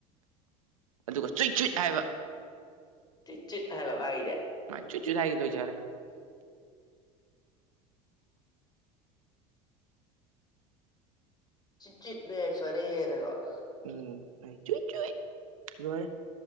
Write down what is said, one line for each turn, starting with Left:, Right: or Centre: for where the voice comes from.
Right: ꯑꯗꯨꯒ ꯆꯨꯏꯠ ꯆꯨꯏꯠ ꯍꯥꯏꯕ
Left: ꯆꯤ ꯆꯨꯢꯠ ꯍꯥꯏꯕ ꯃꯥꯒꯤꯗꯤ
Right: ꯆꯨꯨꯢꯠ ꯆꯨꯏꯠ ꯍꯥꯢꯔ ꯂꯣꯏꯖꯔꯦ꯫
Left: ꯆꯨꯢꯠ ꯆꯨꯢꯠꯅ ꯌꯥꯏ ꯐꯔꯦꯅꯀꯣ꯫
Right: ꯎꯝ ꯆꯨꯢꯠ ꯆꯨꯢꯠ ꯂꯣꯏꯔꯦ꯫